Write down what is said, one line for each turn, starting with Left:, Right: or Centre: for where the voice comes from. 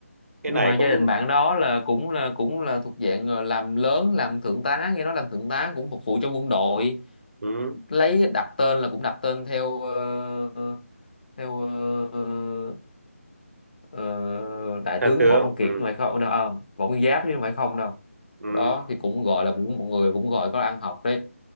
Right: cái
Left: nhưng
Right: này
Left: mà gia
Right: cũng
Left: đình bạn đó là cũng là cũng là thuộc dạng ờ, làm lớn làm thượng tá nghe nói làm thượng tá cũng phục vụ cho quân đội
Right: ừ,
Left: lấy đặt tên là cũng đặt tên theo ờ, theo ờ, ờ, đại
Right: theo
Left: tướng
Right: tướng
Left: Võ Văn Kiệt
Right: ừ.
Left: chứ không phải không đâu à, Võ Nguyên Giáp chứ không phải không đâu
Right: ừ,
Left: đó thì cũng gọi là cũng mọi người cũng gọi có ăn học đấy